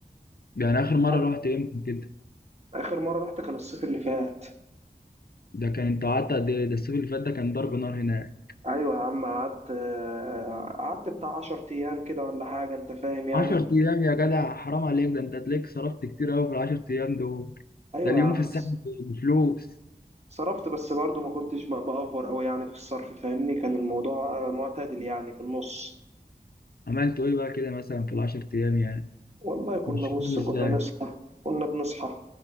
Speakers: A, on the left; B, on the right.
A: يعني اخر مرة
B: قعدت-
A: رحت امتى كده
B: اخر مرة رحت كان الصيف اللي فات
A: ده كان انت قعدت قد ايه ده الصيف اللي فات ده كان ضرب نار هناك
B: ايوه يا عم قعدت آه، قعدت بتاع عشر ايام كده ولا حاجة انت فاهم يعني
A: 10 ايام يا جدع حرام عليك ده انت هتلاقيك صرفت كتير قوي في ال 10 ايام دول
B: ايوه
A: ده اليوم
B: يا عم
A: في الساحل
B: بس
A: بفلوس
B: صرفت بس برضه ما كنتش بقى بأفور قوي يعني في الصرف فاهمني كان الموضوع آه، معتدل يعني في النص
A: عملتوا ايه بقى كده مثلا في ال 10 ايام يعني
B: والله كنا
A: مش
B: بص
A: فاهم ازاي
B: كنا ناس كنا بنصحى